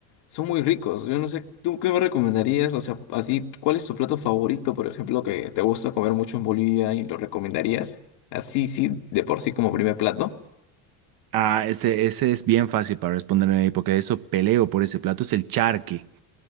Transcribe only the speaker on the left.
son muy ricos. Yo no sé, ¿tú qué me recomendarías? O sea, así, ¿cuál es tu plato favorito, por ejemplo, que te gusta comer mucho en Bolivia y lo recomendarías? Así, sí, de por sí como primer plato.